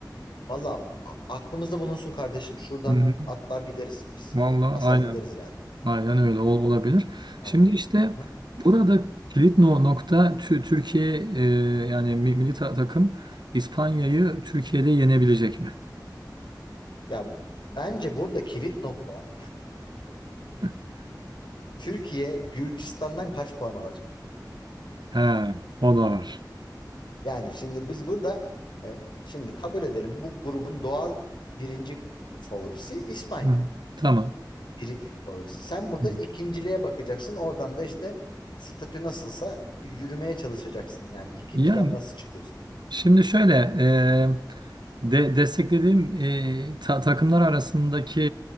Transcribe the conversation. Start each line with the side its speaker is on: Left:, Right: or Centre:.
Left: Valla a- aklımızda bulunsun kardeşim. Şuradan
Right: Hı hı.
Left: atlar gideriz. Biz
Right: Vallahi
Left: basar
Right: aynen.
Left: gideriz yani.
Right: Aynen öyle ol- olabilir.
Left: Ha.
Right: Şimdi işte
Left: Hı hı.
Right: burada kilit no- nokta Tü- Türkiye e, yani mi- milli ta- takım İspanya'yı Türkiye'de yenebilecek mi?
Left: Ya bence burada kilit nokta
Right: <laughs>
Left: Türkiye Gürcistan'dan kaç puan alacak?
Right: He, o da var.
Left: Yani şimdi biz burada e, şimdi kabul edelim bu grubun doğal birinci favorisi İspanya.
Right: Hı. Tamam.
Left: Birincilik favorisi. Sen burada
Right: Hı.
Left: ikinciliğe bakacaksın. Oradan da işte statü nasılsa yürümeye çalışacaksın. Yani ikinciler
Right: Ya
Left: nasıl çıkıyorsa.
Right: şimdi şöyle e, de, desteklediğim e, ta- takımlar arasındaki